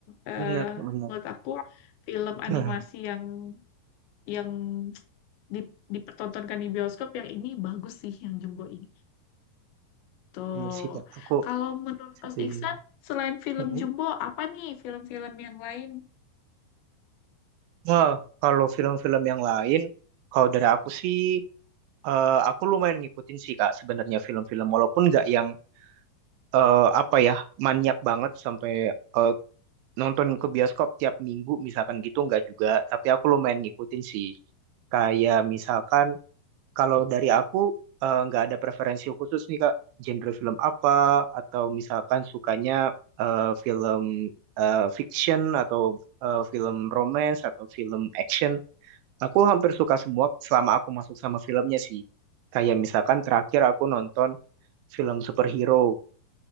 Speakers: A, on the left (about 85°); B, on the right (about 80°).
A: Eh,
B: benar, benar.
A: menurut aku film
B: Nah,
A: animasi yang yang di, dipertontonkan di bioskop yang ini bagus sih yang Jumbo ini. Tuh.
B: benar sih Kak. Aku
A: Kalau menurut
B: Setuju.
A: Mas Iksan, selain film
B: Mm-mm.
A: Jumbo, apa nih film-film yang lain?
B: Nah, kalau film-film yang lain, kalau dari aku sih, eh, aku lumayan ngikutin sih Kak sebenarnya film-film, walaupun nggak yang eh, apa ya maniak banget sampai eh, nonton ke bioskop tiap minggu misalkan gitu nggak juga, tapi aku lumayan ngikutin sih. Kayak misalkan Kalau dari aku eh, nggak ada preferensi khusus nih Kak, genre film apa atau misalkan sukanya eh, film eh, fiction atau eh, film romance atau film action. Aku hampir suka semua selama aku masuk sama filmnya sih. Kayak misalkan terakhir aku nonton film superhero.